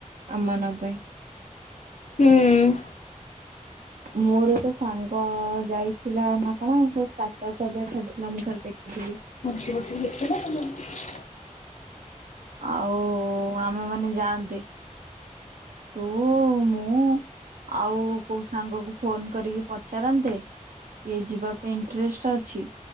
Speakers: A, on the right; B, on the left.
A: ଆମମାନଙ୍କ ପାଇଁ
B: ହୁଁ।
A: ମୋର ତ ସାଙ୍ଗ ଯାଇଥିଲା ନା କଣ ର୍ ସ୍ଟାଟସ୍ ଅରିକା ଛାଡିଥିଲା ମୁଁ ଖାଲି ଦେଖିଥିଲି,
B: ସିଏ ଗୋଟେ ଲେଖେ ନା ତମେ <unintelligible>
A: ଆଉ ଆମେମାନେ ଯାଆନ୍ତେ ତୁ, ମୁଁ ଆଉ କୋଉ ସାଙ୍ଗକୁ ଫୋନ କରିକି ପଚାରନ୍ତେ କିଏ ଯିବା ପାଇଁ ଇଣ୍ଟରେଷ୍ଟ ଅଛି